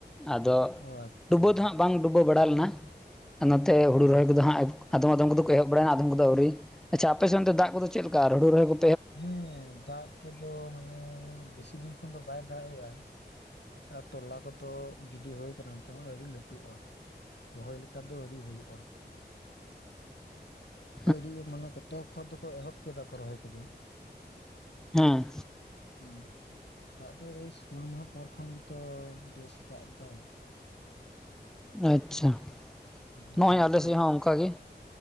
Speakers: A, in the centre; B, on the left (about 75°).
A: ᱟᱫᱚ
B: ᱚ ᱟᱪᱪᱷᱟ
A: ᱰᱩᱵᱟᱹ ᱫᱚ ᱦᱟᱸᱜ ᱵᱟᱝ ᱰᱩᱵᱟᱹ ᱵᱟᱲᱟ ᱞᱮᱱᱟ ᱱᱚᱛᱮ ᱦᱩᱲᱩ
B: ᱚ
A: ᱨᱚᱦᱚᱭ ᱠᱚᱫᱚ ᱦᱟᱸᱜᱼᱼ ᱟᱫᱚᱢ ᱟᱫᱚᱢ ᱠᱚᱫᱚ ᱮᱦᱚᱵᱲᱟ ᱟᱫᱚᱢ ᱫᱚ ᱟᱹᱣᱨᱤ ᱟᱪᱷᱟ ᱟᱯᱮ ᱥᱱᱛᱮ ᱫᱟᱜ ᱠᱚᱫᱚᱮᱫ ᱞᱮᱠᱟ ᱨᱩ ᱨᱚᱦᱩ ᱠᱚᱼᱼ
B: ᱦᱮᱸ ᱫᱟᱜ ᱠᱚᱫᱚ ᱢᱟᱱᱮ ᱵᱮᱥᱤ ᱫᱤᱱ ᱠᱷᱚᱱ ᱫᱚ ᱵᱟᱭ ᱫᱟᱜ ᱮᱼᱟ᱾ ᱟᱨ ᱛᱚᱞᱟ ᱠᱚᱫᱚ ᱜᱤᱰᱤ ᱦᱩᱠ ᱛᱮᱦ ᱟᱹᱰᱤ ᱞᱟᱹᱴᱩᱜᱼᱟ᱾ ᱨᱚᱦᱚᱭ ᱞᱮᱠᱟ ᱫᱚ ᱟᱹᱣᱨᱤ ᱦᱩᱭᱩᱜᱼᱟ᱾
A: <inaudible>
B: ᱟᱹᱰᱤ ᱢᱟᱱᱮ ᱠᱚᱛᱚᱠ ᱦᱚᱲ ᱫᱚᱠᱚ ᱮᱦᱚᱵ ᱠᱮᱫᱟ ᱠᱚ ᱨᱚᱦᱚᱭ ᱠᱚᱫᱚ᱾
A: ᱦᱮᱸ
B: ᱚᱢ ᱫᱟᱜ ᱫᱚ ᱮᱭ ᱥᱳᱞ ᱢᱟᱦᱟ ᱯᱚᱨ ᱠᱷᱚᱱ ᱜᱮᱛᱚ ᱵᱮᱥ ᱫᱟᱜ ᱮᱫᱟᱭ᱾
A: ᱟᱪᱪᱷᱟ
B: ᱢᱟᱱᱮ
A: ᱱᱚᱜᱼᱚᱭ ᱟᱞᱮ
B: ᱠᱷᱩᱵ
A: ᱥᱮᱫ ᱦᱚᱸ ᱚᱱᱠᱟᱜ ᱜᱮᱼᱼ